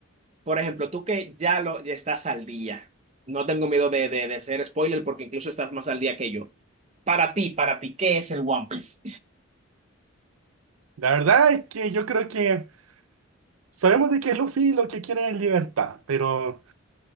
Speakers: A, on the right (about 30°); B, on the right (about 85°).
A: por ejemplo, tú que ya lo ya estás al día. No tengo miedo de, de, de ser spoiler porque incluso estás más al día que yo. Para ti, para ti, ¿qué es el One Piece?
B: La verdad es que yo creo que sabemos de que Luffy lo que quiere es libertad, pero...